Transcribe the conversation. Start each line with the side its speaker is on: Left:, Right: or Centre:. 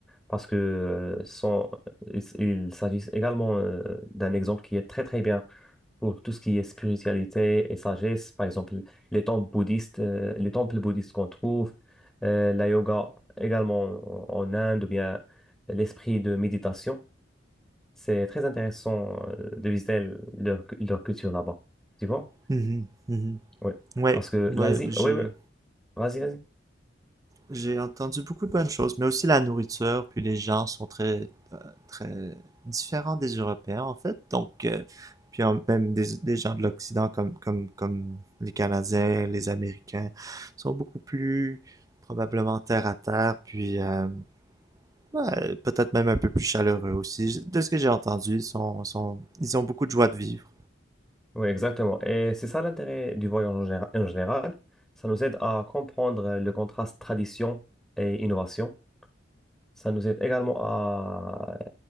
Centre: parce que euh, sans- il, il s'agit également euh, d'un exemple qui est très très bien pour tout ce qui est spiritualité et sagesse. Par exemple, les temples bouddhistes, euh, les temples bouddhistes qu'on trouve, euh, la yoga également en, en Inde ou bien l'esprit de méditation. C'est très intéressant euh, de visiter leur, leur culture là-bas. Tu vois?
Right: Mhm, mhm.
Centre: Oui.
Right: Ouais,
Centre: Parce que
Right: ouais,
Centre: l'Asie,
Right: j'ai
Centre: oui, oui, vas-y, vas-y.
Right: j'ai entendu beaucoup de bonnes choses, mais aussi la nourriture, puis les gens sont très euh, très différents des Européens en fait. Donc euh, puis en- même des, des gens de l'Occident comme comme comme les Canadiens, les Américains sont beaucoup plus probablement terre à terre, puis euh, ouais, peut-être même un peu plus chaleureux aussi. De ce que j'ai entendu, ils sont, sont ils ont beaucoup de joie de vivre.
Centre: Oui, exactement. Et c'est ça l'intérêt du voyage en général. en général. Ça nous aide à comprendre euh, le contraste tradition et innovation. Ça nous aide également à,